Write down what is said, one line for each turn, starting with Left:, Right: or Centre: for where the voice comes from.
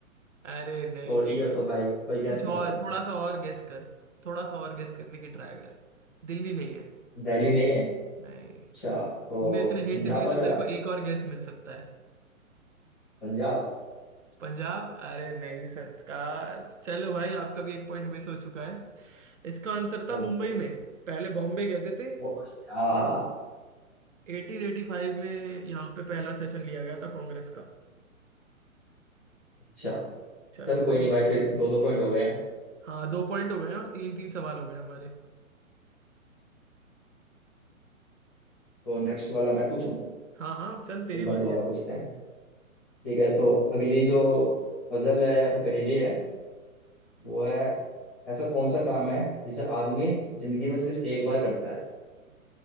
Right: अरे नहीं
Centre: और
Right: नहीं
Centre: ईयर तो भाई कोई गैस
Right: कुछ
Centre: नहीं कर
Right: और
Centre: सकता
Right: थोड़ा सा और गेस कर थोड़ा सा और गेस करने की ट्राई कर दिल्ली नहीं है
Centre: दिल्ली नहीं है
Right: नहीं
Centre: अच्छा तो
Right: तूने इतने हिंट
Centre: पंजाब
Right: दिए
Centre: वगैरह।
Right: तो तेरे को एक और गेस मिल सकता है
Centre: पंजाब
Right: पंजाब अरे नहीं सरकार चलो भाई आपका भी एक पॉइंट मिस हो चुका है इसका आंसर था
Centre: ओके
Right: मुंबई में पहले बॉम्बे गए थे
Centre: ओ यार
Right: 1885 में यहाँ पे पहला सेशन लिया गया था कांग्रेस का
Centre: अच्छा
Right: चलो
Centre: चल
Right: भाई
Centre: कोई नहीं भाई फिर दो दो पॉइंट हो गए हैं
Right: हाँ दो पॉइंट हो गए हैं और तीन तीन सवाल हो गए हमारे
Centre: तो नेक्स्ट वाला मैं पूछूं
Right: हाँ हाँ अब चल तेरी
Centre: एक बार
Right: बारी
Centre: दोबारा
Right: है
Centre: पूछते हैं ठीक है तो अगली जो पजल है या फिर पहेली है वो है ऐसा कौन सा काम है जिसे आदमी जिंदगी में सिर्फ एक बार करता है